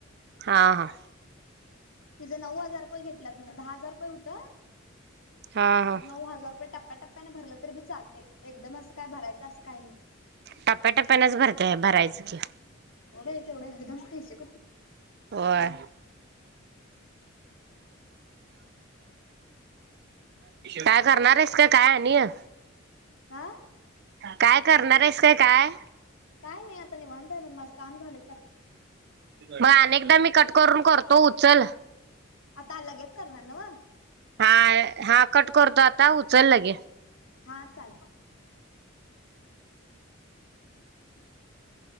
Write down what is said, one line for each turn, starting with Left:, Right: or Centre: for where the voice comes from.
Right: हा हा
Left: तिझं नऊ हजार रुपये घेतल्यात म्हण दहा हजार रुपये हुत
Right: हा हा
Left: नऊ हजार रुपये टप टप्प्याट्टप्प्यान भरलं तरी बी चालतय एकदम असं काय भरायचं असं काय नई
Right: टप्प्याटप्प्यानच भरतोय भरायचं की
Left: बई तेवढ एकदम पाहीजे पैशे
Right: होय. काय करणार हायस का काय आणिय
Left: आा
Right: काय करणार आहेस का काय?
Left: काय नाई आता निवांत आहे बघ माझं काम झालं की आता
Right: म अनेकदा मी कट करून करतो उचल
Left: आता अ लगेच करणार न्हव
Right: हाअ हा कट करतो आता उचल लगे
Left: हा चालतय <inaudible>